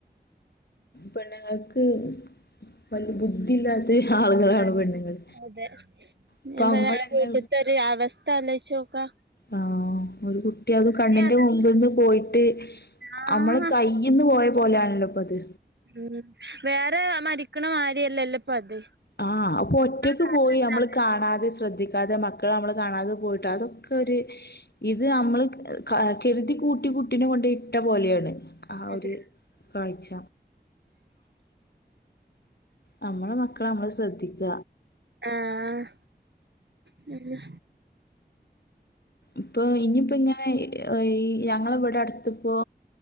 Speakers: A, on the left (about 65°); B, on the right (about 80°).
A: പെണ്ണുങ്ങക്ക് വല് ബുദ്ധിയില്ലാ ത്ത് ആളുകളാണ്
B: ആഹ്
A: പെണ്ണുങ്ങള്
B: അതെ
A: ഇപ്പ
B: ഞാൻ പറയാ
A: അമ്മളെന്നെ
B: ആ <unintelligible> അവസ്ഥ അലോയിച്ചോക്കാ
A: ആഹ് ഒരു കുട്ടി അത് കണ്ണിന്റെ
B: അത്
A: മുമ്പിന്ന് പോയിട്ട്
B: ആഹ്
A: അമ്മളെ കൈയിന്ന് പോയ പോലെയാണല്ലോ ഇപ്പൊ അത്
B: ഉം വേറെ മരിക്കണ മാരിയല്ലല്ലോ ഇപ്പൊ അത്
A: ആഹ് ആപ്പൊ ഒറ്റക്ക്
B: കാരണത്താല്
A: പോയി നമ്മള് കാണാതെ ശ്രദ്ധിക്കാതെ മക്കൾ നമ്മള് കാണാതെ പോയിട്ട് അതൊക്ക് ക്കെ ഒരു ഇത് നമ്മള് ക കെരുതി കൂട്ടി കുട്ടിനെ കൊണ്ട് ഇട്ട പോലെയാണ് ആഹ്
B: അതെ
A: ഒരു കാഴ്ച നമ്മളെ മക്കള നമ്മള് ശ്രദ്ധിക്ക
B: ആഹ് പിന്നെ
A: ഇപ്പൊ ഇനിയിപ്പോ ഇങ്ങനെ അയ് ഞങ്ങള ഇവിടെ അടുത്തപ്പോ